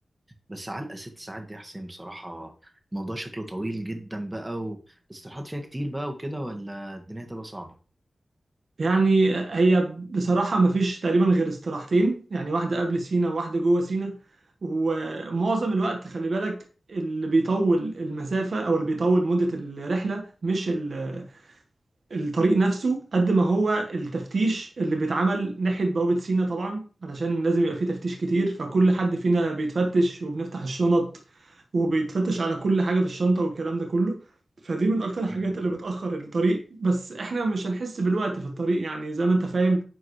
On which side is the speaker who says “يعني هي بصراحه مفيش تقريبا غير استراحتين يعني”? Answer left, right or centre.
Right